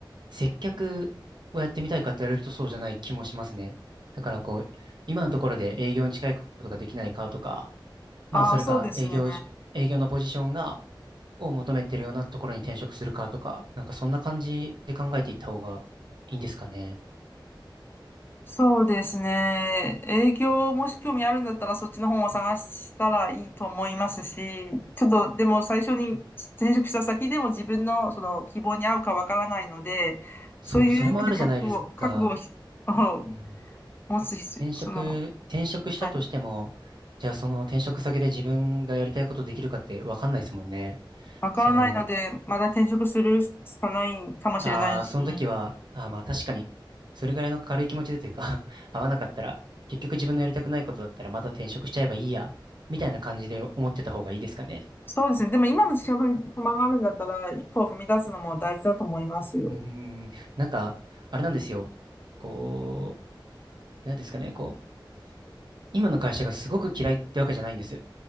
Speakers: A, on the right; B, on the left.
A: 接客をやってみたいかって言われるとそうじゃない気もしますね。だから、こう、今のところで営業に近いことができないかとか、
B: ああ、
A: まあ、それか営業じ、
B: そうですね。
A: 営業のポジションが、を求めてるようなところに転職するかとか、なんかそんな感じで考えていった方がいいんですかね。
B: そうですね。営業もし興味あるんだったらそっちの本を探したらいいと思いますし、ちょっとでも最初に転職した先でも自分のその希望に合うかわからないので、そういう意味で覚悟、
A: そう、それもあるじゃないですか。
B: 覚悟をひ <laughs>
A: うん、
B: 持つ必要、
A: 転職、
B: その、
A: 転職したとしても、
B: はい、
A: じゃあその転職先で自分がやりたいことできるかってわかんないですもんね。
B: わからないので、
A: そ
B: まだ転職するしかないかもしれないし、
A: う、ああ、その時は、あーまあ確かに、それぐらいの軽い気持ちでというか <laughs> 合わなかったら、結局自分のやりたくないことだったらまた転職しちゃえばいいや、みたいな感じで思ってた方がいいですかね。
B: そうですね。でも今の仕事に不満があるんだったら、一歩を踏み出すのも大事だと思いますよ。
A: うーん、なんか、あれなんですよ。こう、なんですかね、こう、今の会社がすごく嫌いってわけじゃないんです。